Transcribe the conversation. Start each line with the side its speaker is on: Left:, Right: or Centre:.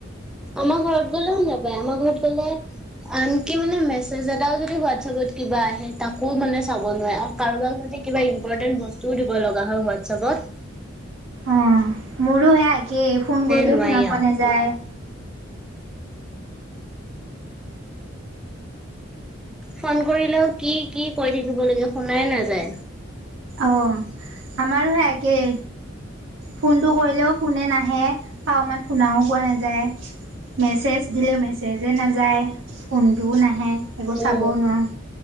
Centre: আমাৰ ঘৰত গ'লে শু নাপায় আমাৰ ঘৰত গ'লে, আনকি মানে মেছেজ এটাও যদি হোৱাটছএপত কিবা আহে তাকো মানে চাব নোৱাৰে আৰু কাৰোবাক কিবা ইম্পৰ্টেন্ট বস্তুও দিব লগা হয় হোৱাটছপত,
Right: অ মোৰো হে একেই ফোন কৰিলেও
Centre: নোৱাৰি
Right: শুনা পোৱা
Centre: আৰু
Right: নাযায়।
Centre: ফোন কৰিলেও কি কি কৈ থাকিব লাগে শুনাই নাযায়।
Right: অ আমাৰো সে একেই ফোনটো কৰিলেও ফোনে নাহে কাৰমাত, শুনাও পোৱা নাযায় মেছেজ দিলে মেছেজে নাযায় ফোনটোও নাহে, একো
Centre: উম
Right: চাবও নোৱাৰোঁ